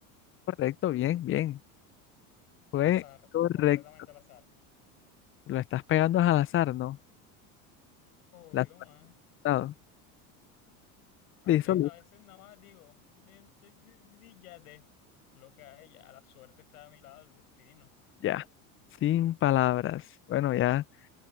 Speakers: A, on the left; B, on the left.
A: Correcto, bien, bien. Fue
B: Al azar.
A: correcto.
B: Completamente al azar.
A: Lo estás pegando al azar, ¿no?
B: obvio
A: La has
B: man.
A: pasado.
B: A
A: Listo,
B: veces,
A: listo.
B: a veces nada más digo, "Ni- ti- ti- ti- ti- ya de lo que hay, ya la suerte está a mi lado, el destino.
A: Ya. Sin palabras. Bueno, ya